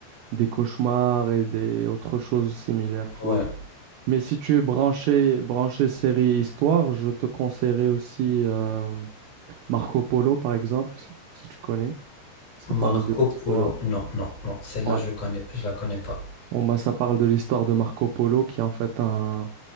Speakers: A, on the right; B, on the left.
A: des cauchemars et des autres choses similaires, tu
B: ouais.
A: vois. Mais si tu es branché, branché série histoire, je te conseillerais aussi euh, Marco Polo, par exemple, si tu connais. Ça parle
B: Marco
A: de l'histoire.
B: Polo. Non, non, non. Celle-là,
A: Ouais.
B: je le connais, je la connais pas.
A: Bon, bah, ça parle de l'histoire de Marco Polo, qui est en fait un,